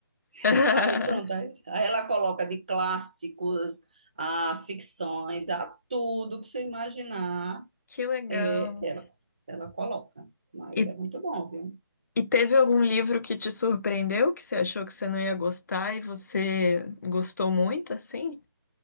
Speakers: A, on the right; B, on the left.
A: <laughs>
B: <laughs>
A: Aí pronto, aí aí ela coloca de clássicos a ficções, a tudo que você imaginar,
B: Que legal.
A: é, ela, ela coloca. Mas
B: E,
A: é muito bom, viu?
B: e teve algum livro que te surpreendeu, que você achou que você não ia gostar e você gostou muito, assim?